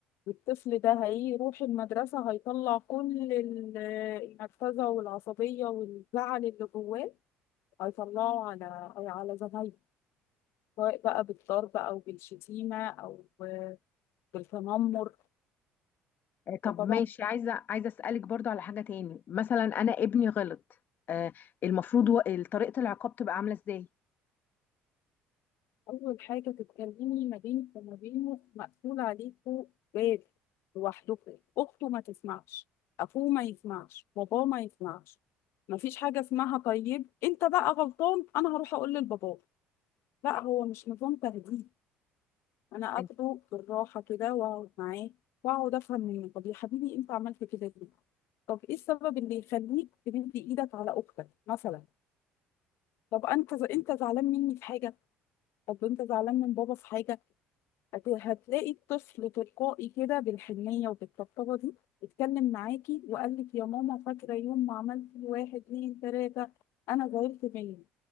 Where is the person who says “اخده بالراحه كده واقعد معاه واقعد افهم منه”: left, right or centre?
Left